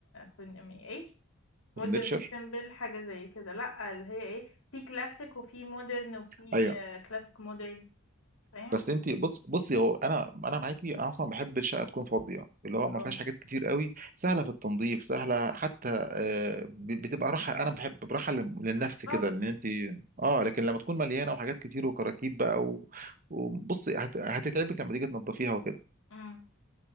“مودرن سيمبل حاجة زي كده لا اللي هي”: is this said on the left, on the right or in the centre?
Left